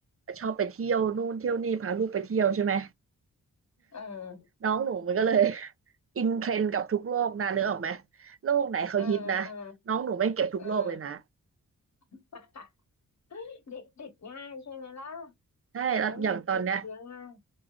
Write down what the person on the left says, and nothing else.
เออ
เออ เออเออ <laughs> เด็กติดง่ายใช่ไหมล่ะ
โอ้ยเด็กติดเชื้อง่าย